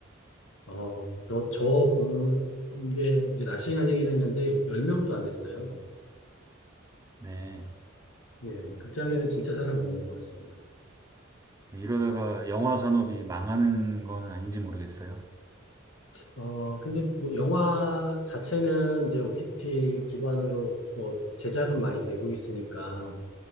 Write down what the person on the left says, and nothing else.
어, 저, 저본게 이제 낮 시간이긴 했는데, 10명도 안 됐어요.
예, 극장에는 진짜 사람 없는 것 같습니다.
어, 근데 뭐 영화 자체는 이제 OTT 기반으로 뭐 제작은 많이 되고 있으니까,